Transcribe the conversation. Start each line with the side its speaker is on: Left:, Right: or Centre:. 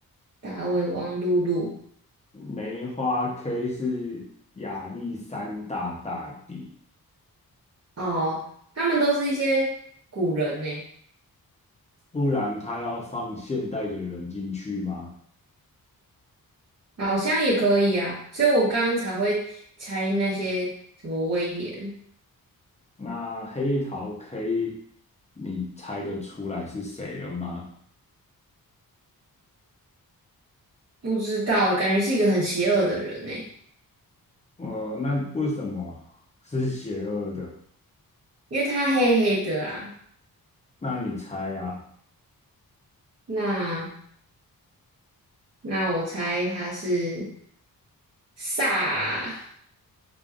Right: 大胃王露露，
Left: 梅花 K 是亚历山大大帝，
Right: 哦，他们都是一些古人呢，
Left: 不然他要放现代的人进去吗？
Right: 好像也可以啊，所以我刚刚才会猜那些什么威廉，
Left: 那黑桃 K，你猜得出来是谁了吗？
Right: 不知道，感觉是一个很邪恶的人呢。
Left: 呃，那为什么是邪恶的？
Right: 因为他黑黑的啊，
Left: 那你猜啊，
Right: 那那我猜他是萨